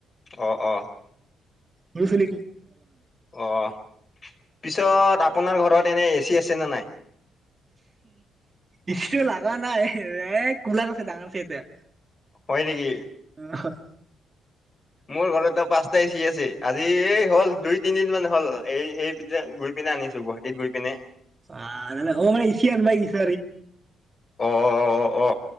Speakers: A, on the left; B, on the right.
A: অ', অ'।
B: মচলি
A: অ' পিছত আ আপোনাৰ ঘৰত এনে এ চি আছে নে নাই?
B: ইটো লাগা নাই এ, কলাৰ আছে ডাঙৰ চ' এতিয়া।
A: হয় নেকি?
B: <unintelligible>
A: মোৰ ঘৰতে ত' পাঁচটা এ চি আছে। আজি এই হ'ল দুই তিনিদিন মান হ'ল এই সেই গৈ পিনে আনিছোঁ গুৱাহাটীত গৈ পিনে।
B: আ, ন' অ' মেছ আনাইছ
A: অ অ অ